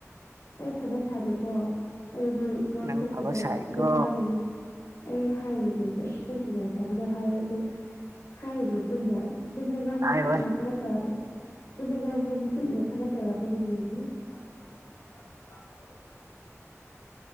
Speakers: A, on the left; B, on the right.
A: ꯑꯩ ꯐꯕ ꯁꯥꯗꯦꯀꯣ ꯑꯩꯗꯤ ꯉꯥꯡꯊꯣꯛꯄꯗꯣ
B: ꯅꯪ ꯐꯕ ꯁꯥꯏꯀꯣ
A: ꯑꯗꯨꯝ ꯉꯥꯡꯒꯅꯤ <unintelligible> <unintelligible> ꯍꯥꯏꯌꯨ ꯑꯗꯣ ꯍꯥꯏꯔꯤꯅꯤ ꯆꯤꯟꯗ ꯏꯆꯤꯟꯗ ꯉꯥꯡꯕ ꯃꯇꯨꯡ
B: ꯍꯥꯏꯔꯣꯏ
A: ꯏꯟꯅ ꯊꯕꯛ ꯇꯧꯔꯛꯄ ꯆꯤꯟꯗ ꯉꯥꯡꯕ ꯃꯇꯨꯡ ꯏꯟꯅ ꯊꯕꯛ ꯇꯧꯔꯛꯀꯅꯤ ꯑꯩꯗꯤ <unintelligible> <unintelligible>